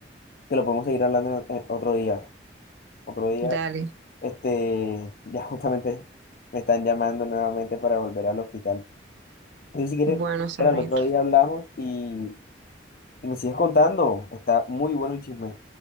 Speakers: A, on the left (about 50°); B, on the right (about 75°).
A: que lo podemos seguir hablando en- en otro día. Otro día,
B: dale,
A: este, ya justamente me están llamando nuevamente para volver al hospital. Entonces, si quieres,
B: bueno, Samir.
A: era el otro día hablamos y, y me sigues contando. Está muy bueno el chisme,